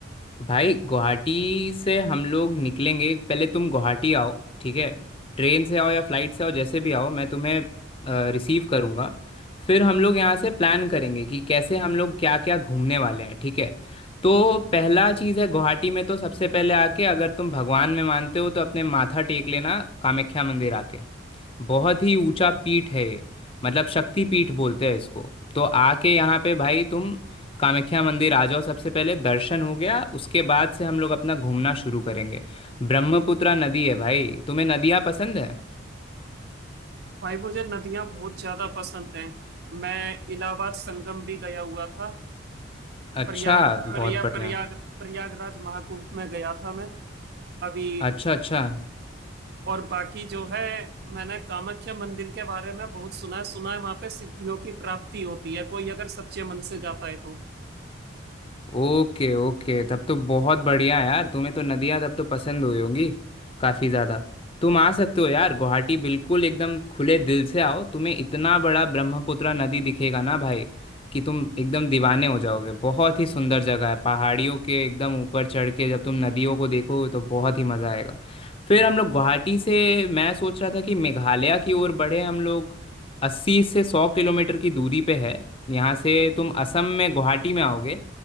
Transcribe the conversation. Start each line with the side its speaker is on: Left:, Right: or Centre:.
Left: भाई गुवाहाटी से हम लोग निकलेंगे पहले तुम गुवाहाटी आओ ठीक है ट्रेन से आओ या फ्लाइट से आओ जैसे भी आओ मैं तुम्हें रिसीव करूँगा फिर हम लोग यहाँ से प्लान करेंगे कि कैसे हम लोग क्या क्या घूमने वाले हैं ठीक है तो पहला चीज़ है गुवाहाटी में तो सबसे पहले आके अगर तुम भगवान में मानते हो तो अपने माथा टेक लेना कामाख्या मंदिर आके बहुत ही ऊंचा पीठ है ये मतलब शक्ति पीठ बोलते हैं इसको तो आके यहाँ पे भाई तुम कामाख्या मंदिर आ जाओ सबसे पहले दर्शन हो गया उसके बाद से हम लोग अपना घूमना शुरू करेंगे ब्रह्मपुत्रा नदी है भाई तुम्हें नदियाँ पसंद है
Right: भाई मुझे नदियां बहुत ज्यादा पसंद हैं मैं इलाहाबाद संगम भी गया हुआ था
Left: अच्छा
Right: प्रयाग
Left: बहुत
Right: प्रया
Left: बढ़िया
Right: प्रयाग प्रयागराज महाकुंभ में गया था मैं अभी
Left: अच्छा अच्छा
Right: और बाकी जो है मैंने कामाख्या मंदिर के बारे में बहुत सुना है सुना है वहां पे सिद्धियों की प्राप्ति होती है कोई अगर सच्चे मन से जाता है तो
Left: ओके ओके तब तो बहुत बढ़िया यार तुम्हें तो नदियाँ तब तो पसंद हुई होंगी काफ़ी ज़्यादा तुम आ सकते हो यार गुवाहाटी बिल्कुल एकदम खुले दिल से आओ तुम्हें इतना बड़ा ब्रह्मपुत्र नदी दिखेगा ना भाई कि तुम एकदम दीवाने हो जाओगे बहुत ही सुंदर जगह है पहाड़ियों के एकदम ऊपर चढ़ के जब तुम नदियों को देखोगे तो बहुत ही मज़ा आएगा फिर हम लोग गुवाहाटी से मैं सोच रहा था कि मेघालय की ओर बढ़े हम लोग अस्सी से सौ किलोमीटर की दूरी पे है यहाँ से तुम असम में गुवाहाटी में आओगे